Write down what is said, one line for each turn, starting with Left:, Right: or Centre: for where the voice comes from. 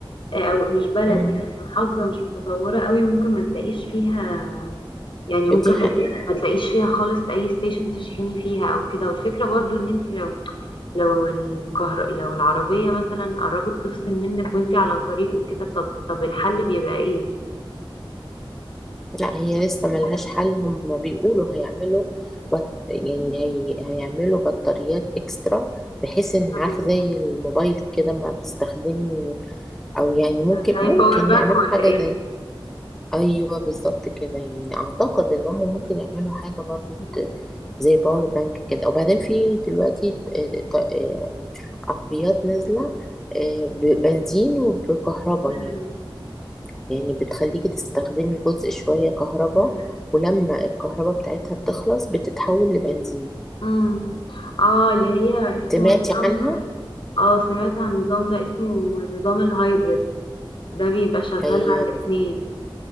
Left: آه، او مش بلد
Centre: مم.
Left: محافظه مش متطوره قوي ممكن ما تلاقيش فيها يعني ممكن
Centre: دي
Left: ما
Centre: حقيقة
Left: ما تلاقيش فيها خالص اي ستيشن تشحني فيها او كده والفكره برضو ان انت لو لو الكهر... لو العربية مثلا قربت تفصل منك وانتي على طريق وكده طب طب الحل بيبقى ايه؟
Centre: لا هي لسه ملهاش
Left: <laughs>
Centre: حل هم بيقولوا هيعملوا بط... يعني هي... هيعملوا بطاريات اكسترا بحيث ان
Left: مم.
Centre: عارفة زي الموبايل كده ما بتستخدمي او يعني ممكن
Left: زي
Centre: ممكن
Left: باور بانك
Centre: يعملوا
Left: ولا
Centre: حاجة
Left: ايه؟
Centre: زي ايوه بالظبط كده يعني اعتقد ان هم ممكن يعملوا حاجه برضو
Left: مم.
Centre: ت- زي باور بانك كده وبعدين في دلوقتي ط- ط- آه، عربيات نازله آه، ببنزين وبكهرباء
Left: مم.
Centre: يعني يعني بتخليكي تستخدمي جزء شويه كهرباء
Left: مم.
Centre: ولما الكهرباء بتاعتها بتخلص بتتحول لبنزين
Left: مم. اه اللي هي اسمه
Centre: سمعتي
Left: نظام
Centre: عنها
Left: اه سمعت عن النظام ده اسمه نظام الهايبرد ده بيبقى شغال
Centre: ايوه
Left: على الاتنين
Centre: بز-